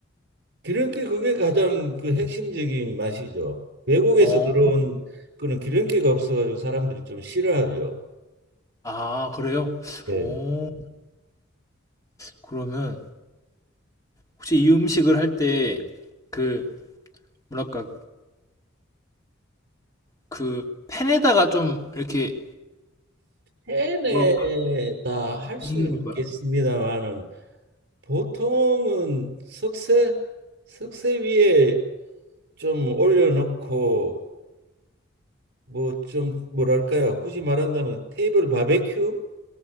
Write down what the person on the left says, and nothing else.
어.
아 그래요?
어. 그러면 혹시 이 음식을 할 때 그 뭐랄까 그 팬에다가 좀 이렇게
뭐랄까
굽는 걸까요?